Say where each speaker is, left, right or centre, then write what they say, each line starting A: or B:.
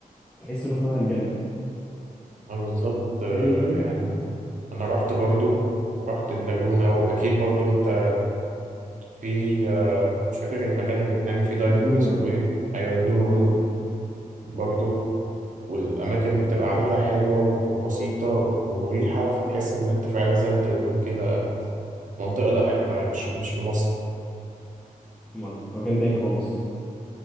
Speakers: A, in the centre; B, on the right (about 60°).
A: تحس انه شبه الجنه
B: انا بالظبط آه،
A: تاني يوم
B: يعني انا رحت برضو ورحت اللاجونه
A: مه.
B: واكيد برضو انت في آه، مش فاكر المكان اللي بنعمل فيه دايفنج
A: البلو هول
B: اسمه ايه ايوه البلو هول
A: بلو هول مه.
B: برضو والاماكن بتبقى قعدتها حلوه وبسيطه ومريحه فتحس ان انت فعلا زي ما انت بتقول كده في منطقه لا احنا مش مش في مصر
A: في منطقة في مكان تاني خالص